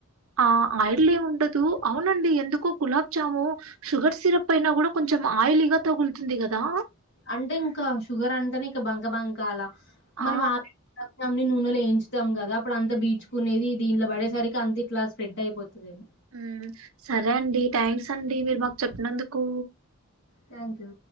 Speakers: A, on the right (about 75°); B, on the left (about 50°).
A: ఆ ఆయల్లేముండద్ అవునండి ఎందుకో గులాబ్ జాము షుగర్ సిరప్ అయినా కూడా కొంచెం ఆయిలీగా తగులుతుంది కదా.
B: అంటే ఇంకా షుగర్ అంటనే ఇంక బంక బంకా అలా మనం
A: ఆ
B: ఆల్రెడీ గులాబ్ జామున్ నీ నూనె లో ఏంచ్ చుతాం గదా అప్పుడు అంత బీచుకునేది దీనిలో పడేసరికి అంత ఇట్లా స్ప్రెడ్ అయిపోతది ఏమో.
A: ఉమ్ సరే అండి థ్యాంక్స్ అండి మీరు మాకు చెప్పినందుకూ.
B: Thank you